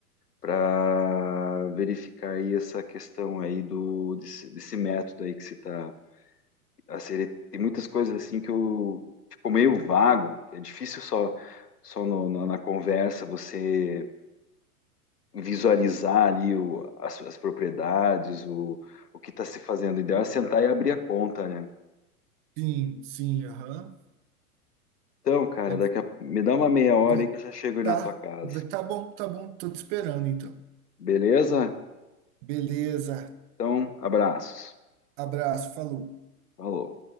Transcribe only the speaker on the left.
para verificar aí essa questão aí do desse, desse método aí que você está a ser. tem muitas coisas assim que eu ficou meio vago que é difícil só só no, no- na conversa você visualizar ali o, as, as propriedades o, o que está se fazendo o ideal é sentar e abrir a conta né
então cara
daqui a, me dá uma meia hora
aí que eu já chego aí
na tua casa
beleza
então abraços
falou